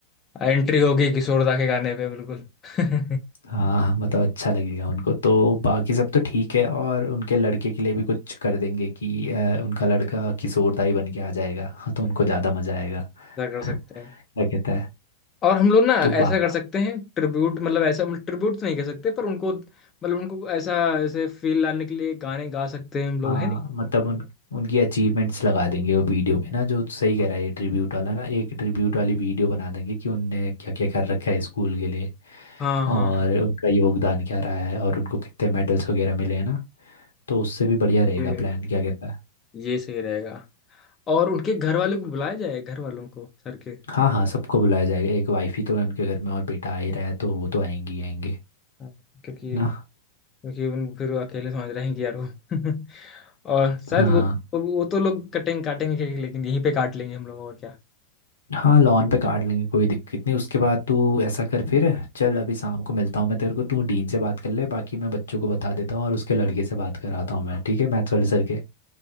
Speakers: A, on the left; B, on the left.
A: एंट्री होगी किशोर दा के गाने पे बिल्कुल <laughs>
B: हाँ हाँ, मतलब अच्छा लगेगा उनको तो बाकी सब तो ठीक है और उनके लड़के के लिए भी कुछ कर देंगे कि अ, उनका लड़का किशोरदा ही बन के आ जाएगा हाँ तो उनको ज़्यादा मज़ा आएगा <laughs>
A: क्या कर
B: क्या
A: सकते हैं
B: कहता है
A: और हम लोग ना
B: तो
A: ऐसा
B: बात
A: कर सकते हैं ट्रिब्यूट मतलब ऐसा मतलब ट्रिब्यूट तो नहीं कर सकते पर उनको मतलब उनको ऐसा ऐसे फील लाने के लिए गाने गा सकते हैं हम लोग
B: हाँ
A: है नहीं
B: मतलब उन उनकी अचीवमेंट्स लगा देंगे वो वीडियो पे ना जो सही कह
A: हाँ
B: रहा है ये ट्रिब्यूट वाला ना एक ट्रिब्यूट वाली वीडियो बना देंगे कि उनने क्या क्या कर रखा है स्कूल के लिए
A: हाँ हाँ
B: और
A: हाँ, हाँ।
B: उनका योगदान क्या रहा है और उनको कितने मेडल्स वगैरह मिले हैं ना तो उससे भी बढ़िया रहेगा
A: ये
B: प्लान क्या कहता है
A: ये सही रहेगा और उनके घर वालों को बुलाया जाए घर वालों को सर के
B: हाँ हाँ सबको बुलाया जाएगा एक वाइफ ही तो है उनके घर में और बेटा आ ही रहा है तो वो तो आएंगी आएंगे
A: हाँ। क्योंकि
B: ना
A: क्योंकि उन फिर वो अकेले समझ रहे हैं कि यार वो <laughs> और शायद
B: हाँ
A: वो वो तो लोग कटेंगे काटेंगे केक, लेकिन यहीं पे काट लेंगे हम लोगों का क्या
B: हाँ लॉन पे काट लेंगे कोई दिक्कत नहीं उसके बाद तू ऐसा कर फिर चल अभी शाम को मिलता हूँ मैं तेरे को तू डीन से बात कर ले बाकी मैं बच्चों को बता देता हूँ और उसके लड़के से बात कराता हूँ मैं ठीक है मैथ्स वाले सर के